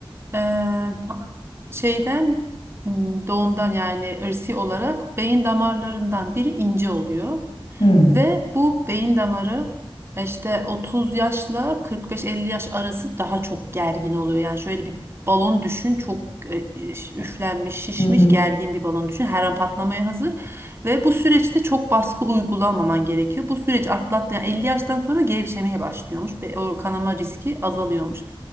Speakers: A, on the right (about 25°); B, on the left (about 70°).
A: Ee, şeyden m, doğumdan yani ırsi olarak beyin damarlarından biri ince oluyor.
B: Hı.
A: Ve bu beyin damarı işte 30 yaşla 45-50 yaş arası daha çok gergin oluyor. Yani şöyle bir balon düşün çok e, üflenmiş, şişmiş,
B: Hı hı.
A: gergin bir balon düşün. Her an patlamaya hazır ve bu süreçte çok baskı uygulamaman gerekiyor. Bu süreç atlattı. Yani 50 yaştan sonra gevşemeye başlıyormuş ve o kanama riski azalıyormuş.